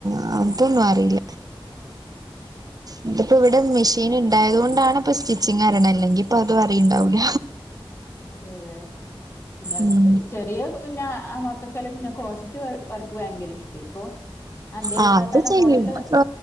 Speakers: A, on the right; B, on the left.
A: ആ അതൊന്നും അറില്ല.
B: ആഹ്
A: മ് ഇത്പ്പൊ ഇവ്ടെ മെഷീന് ഇണ്ടായതുകൊണ്ടാണ് ഇപ്പം സ്റ്റിച്ചിങ്ങറിണെ ല്ലെങ്കിപ്പൊ അതു അറിണ്ടാവൂല.
B: അതെ അതെ പിന്നെ ഹ്
A: ഉം
B: കെ. ചെറിയ പിന്നെ അ മക്കക്കെല്ലെ പിന്നെ കോശറ്റ് വ വർക്ക് ഭയങ്കര ഇഷ്ട്ടേ ഇപ്പൊ. അന്റെ
A: ആ
B: ഇത്താത്താന്റെ
A: അത് ചെയ്യും
B: മോളെല്ലാം
A: പ്പൊ